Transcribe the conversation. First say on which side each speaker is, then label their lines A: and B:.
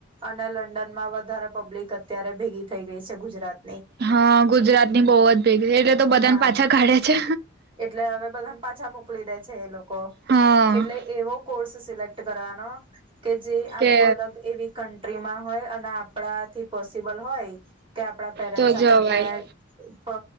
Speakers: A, on the right (about 25°); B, on the right (about 50°).
A: અને લંડનમાં વધારે પબ્લિક અત્યારે ભેગી થઈ ગઈ છે ગુજરાત
B: હા ગુજરાતની બહુ જ ભેગી છે એટલે તો બધાને
A: હા
B: પાછા કાઢે છે
A: એટલે હવે બધાને પાછા મોકલી દે છે એ લોકો
B: હા
A: એટલે એવો કોર્સ સિલેક્ટ કરવાનો કે જે આમ
B: કે
A: અલગ એવી ક ટ્રી માં હોય અને આપણાથી પોસિબલ હોય. કે આપડા પેરેન્ટ્સ
B: તો
A: આપણને
B: જવાય
A: અ